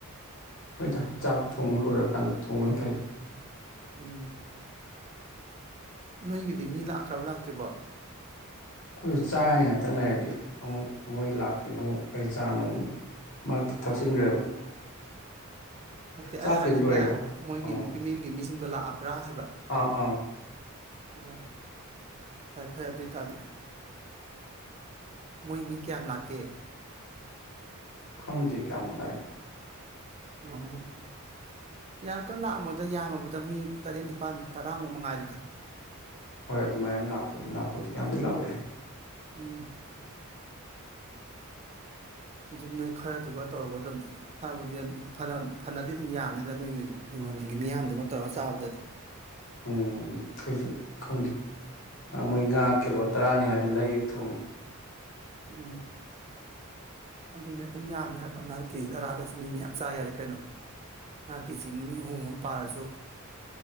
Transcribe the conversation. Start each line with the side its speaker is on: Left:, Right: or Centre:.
Left: ꯍꯣꯏ ꯆꯥꯛ ꯊꯣꯡꯕ ꯂꯣꯏꯔꯀꯥꯟꯗ ꯊꯣꯡꯕꯅ ꯐꯩꯗꯅ
Right: ꯎꯝ ꯅꯣꯏꯒꯤꯗꯤ ꯃꯤ ꯂꯥꯛꯈ꯭ꯔꯕ ꯂꯥꯛꯇ꯭ꯔꯤꯕ
Left: ꯑꯩꯈꯣꯏꯁꯨ ꯆꯥꯔꯅꯤ ꯉꯥꯛꯇꯪ ꯂꯩꯔꯗꯤ ꯑꯃꯨꯛ ꯃꯣꯏ ꯂꯥꯛꯇꯣꯏꯅꯣ ꯑꯃꯨꯛ ꯀ ꯆꯥꯅꯣ ꯑꯃꯨꯛ ꯃꯔꯛꯇ ꯊꯛꯆꯤꯟꯈ꯭ꯔꯦꯕ
Right: ꯅꯠꯇꯦ
Left: ꯆꯥꯛꯄꯨꯗꯤ
Right: ꯑꯩ ꯍꯥꯏꯗꯅꯦ
Left: ꯂꯣꯏꯔꯦꯗ
Right: ꯃꯣꯏꯒꯤ
Left: ꯑꯪ
Right: ꯅꯨꯄꯤ ꯃꯤꯡꯒꯤ ꯃꯤꯁꯤꯡꯗꯣ ꯂꯥꯛꯑꯕ ꯔꯥ ꯍꯥꯏꯕ
Left: ꯑꯥ ꯑꯪ
Right: ꯑꯣ ꯐꯔꯦ ꯐꯔꯦ ꯑꯗꯨ ꯑꯣꯏ ꯇꯥꯔꯗꯤ ꯃꯣꯏ ꯃꯤ ꯀꯌꯥꯝ ꯂꯥꯛꯀꯦ
Left: ꯈꯟꯗꯤꯦ ꯀ ꯑꯃ ꯂꯥꯏꯟ
Right: ꯑ ꯌꯥꯝ ꯀꯟꯅ ꯂꯥꯛꯑꯝꯃꯣꯏꯗ ꯌꯥꯝꯃꯕꯗ ꯃꯤ ꯇꯔꯦꯠ ꯅꯤꯄꯥꯜ ꯇꯔꯥꯃꯨꯛ ꯃꯉꯥꯏꯗꯨꯗ
Left: ꯍꯣꯏ ꯑꯗꯨꯃꯥꯏꯅ ꯂꯥꯛꯇꯣꯏꯅꯤ ꯂꯥꯛꯄꯨꯗꯤ ꯌꯥꯝꯗꯤ ꯂꯥꯛꯑꯣꯏꯗꯦ
Right: ꯎꯝ ꯑꯗꯨ ꯅꯣꯏ ꯈꯔꯗꯨꯒ ꯇꯧꯔꯒ ꯑꯗꯨꯝ ꯐꯕꯨꯗꯤ ꯐꯅꯗꯤ ꯑꯗꯨꯝ ꯌꯥꯝꯅꯤꯅ ꯅꯣꯏꯒꯤ ꯅꯪꯉꯣ ꯅꯪꯒꯤ ꯃꯤꯌꯥꯝꯗꯨꯒ ꯇꯧꯔꯒ ꯆꯥꯕꯗꯗꯤ
Left: ꯎꯝ ꯀꯩꯁꯨ ꯈꯪꯗꯦ
Right: ꯎꯝ
Left: ꯃꯣꯏ ꯉꯥ ꯀꯤꯂꯣ ꯇꯔꯥꯅꯤ ꯍꯥꯏꯕꯅ ꯂꯩ ꯊꯣꯡꯉꯗꯣ
Right: ꯎꯝ ꯑꯗꯨꯅꯦ ꯑꯗꯨꯝ ꯌꯥꯝꯅꯦ ꯍꯥꯏꯕ ꯑꯉꯥꯡ ꯀ ꯇꯔꯥꯒꯁꯦ ꯃꯤꯡ ꯃ ꯌꯥꯝ ꯆꯥ ꯌꯥꯔꯦ ꯀꯩꯅꯣ ꯅꯍꯥꯛꯀꯤꯦꯆꯗ ꯃꯤ ꯑꯍꯨꯝ ꯑꯝ ꯄꯥꯔꯁꯨ